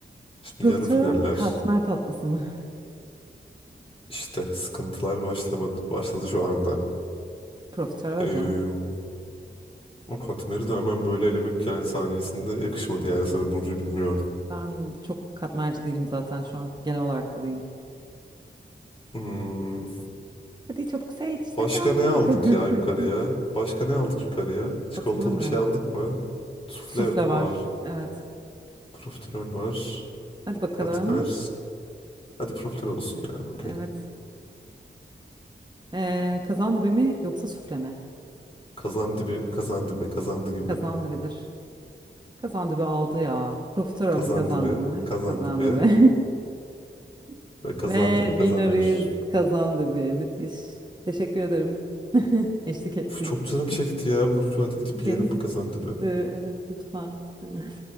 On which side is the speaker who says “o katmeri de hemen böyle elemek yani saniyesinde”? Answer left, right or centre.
Left